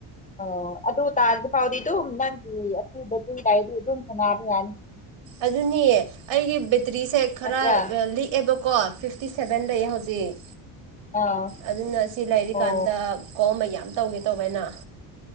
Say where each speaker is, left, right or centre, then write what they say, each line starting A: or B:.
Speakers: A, on the left; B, on the right.
A: ꯑꯣ ꯑꯗꯨ ꯇꯥꯗꯤ ꯐꯥꯎꯗꯤ ꯑꯗꯨꯝ ꯅꯪꯒꯤ ꯑꯊꯨꯗ ꯆꯨꯏꯗꯥꯏꯗꯤ ꯑꯗꯨꯝ ꯁꯅꯥꯔ ꯌꯥꯅꯤ
B: ꯑꯗꯨꯅꯤꯌꯦ ꯑꯩꯒꯤ ꯕꯦꯇ꯭ꯔꯤꯁꯦ ꯈꯔ
A: ꯅꯠꯇ꯭ꯔꯥ
B: ꯂꯤꯛꯑꯦꯕꯀꯣ ꯐꯤꯐꯇꯤ ꯁꯦꯚꯦꯟꯗꯩ ꯍꯧꯖꯤꯛ
A: ꯑꯥ
B: ꯑꯗꯨꯅ ꯁꯤ ꯂꯩꯔꯤꯀꯥꯟꯗ
A: ꯑꯣ
B: ꯀꯣ ꯃꯌꯥꯝ ꯇꯧꯒꯦ ꯇꯧꯕꯩꯅ